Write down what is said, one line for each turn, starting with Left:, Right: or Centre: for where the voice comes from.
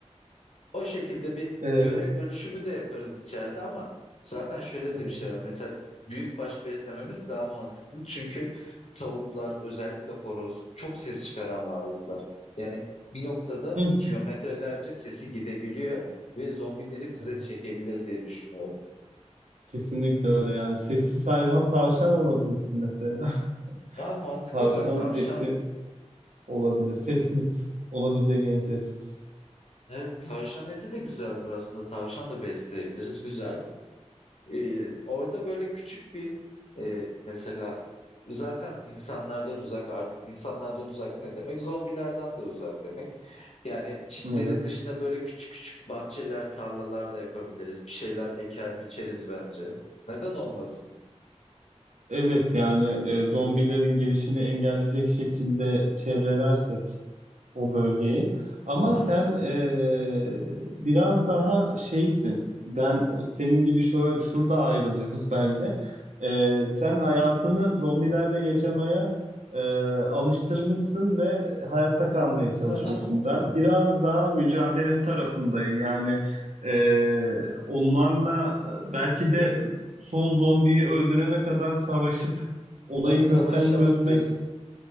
Left: O şekilde bir
Right: E,
Left: görev bölüşümü de yaparız içeride ama zaten şöyle
Right: evet.
Left: de bir şey var. Mesela büyükbaş beslememiz daha mantıklı. Çünkü tavuklar, özellikle horoz çok ses çıkaran varlıklar. Yani bir noktada
Right: Hı.
Left: kilometrelerce sesi gidebiliyor ve zombileri bize
Right: Evet.
Left: çekebilir diye düşünüyorum.
Right: Kesinlikle öyle yani sessiz hayvan tavşan alabilirsin mesela.
Left: Ya mantıklı
Right: <laughs> Tavşan
Left: bak tavşan.
Right: eti olabilir. Sessiz olabilecek en sessiz.
Left: Evet, tavşan eti de güzeldir aslında. Tavşan da besleyebiliriz. Güzel. Ee, orada böyle küçük bir e, mesela zaten insanlardan uzak artık insanlardan uzak ne demek? Zombilerden de uzak demek. Yani çitlerin
Right: Evet.
Left: dışına böyle küçük küçük bahçeler, tarlalar da yapabiliriz. Bir şeyler eker biçeriz bence. Neden olmasın?
Right: Evet yani e, zombilerin gelişini engelleyecek şekilde çevrelersek o bölgeyi. Ama
Left: Aha.
Right: sen eee, biraz daha şeysin. Ben senin gibi şöyle şurada ayrılıyoruz <laughs> bence. Eee, sen hayatını zombilerle yaşamaya eee, alıştırmışsın ve hayatta kalmaya çalışıyorsun.
Left: <laughs>
Right: Ben biraz daha mücadele tarafındayım. Yani eee, onlarla belki de son zombiyi öldürene kadar savaşıp olayı
Left: Ha, Savaşalım
Right: kökten çözmek
Left: diyorsun.